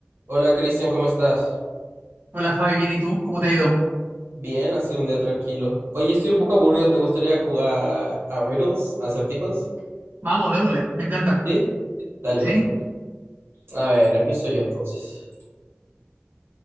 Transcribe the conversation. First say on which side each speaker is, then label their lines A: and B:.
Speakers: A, on the right (about 65°); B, on the right (about 50°).
A: Hola Cristian, ¿cómo estás?
B: Hola Fabi, bien, ¿y tú? ¿Cómo te ha ido?
A: Bien, ha sido un día tranquilo. Oye, estoy un poco aburrido, ¿te gustaría jugar a riddles, a acertijos?
B: Vamos, démosle, me encanta.
A: ¿Sí? Dale.
B: ¿Sí?
A: A ver, empiezo yo entonces.